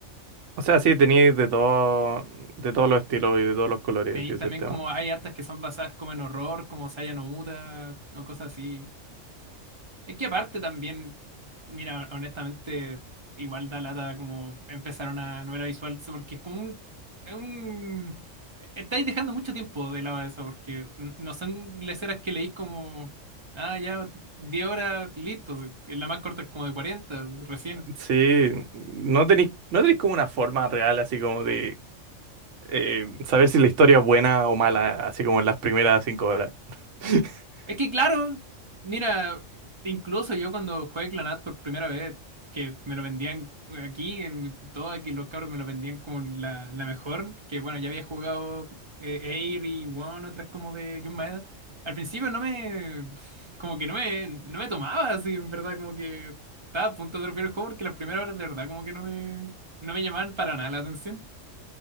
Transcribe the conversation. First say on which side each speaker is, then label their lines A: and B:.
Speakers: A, on the right (about 70°); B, on the right (about 30°).
A: O sea, sí, teníais de todo, de todos los estilos y de todos los colores,
B: Tenéis
A: sí, ese es
B: también
A: el tema.
B: como, hay hartas que son basadas como en horror, como Saya no Uta, o cosas así. Es que aparte también, mira, honestamente, igual da lata como empezar una novela visual, so- porque es como un, es un... Estáis dejando mucho tiempo de lado eso, porque n- no son leceras que leís como, ah, ya, 10 horas, listo, si- la más corta es como de 40 recién.
A: Sí, no tenéis, no tenéis como una forma real así como de eh, saber si la historia es buena o mala, así como en las primeras cinco horas. <laughs>
B: Es que claro, mira, incluso yo cuando jugué Clanat por primera vez, que me lo vendían aquí, en todo aquí los cabros me lo vendían como la, la mejor, que bueno, ya había jugado eh, Air y One, otras como de Jun Maeda. Al principio no me, como que no me, no me tomaba así, en verdad, como que estaba a punto de romper el juego porque las primeras horas de verdad como que no me, no me llamaban para nada la atención.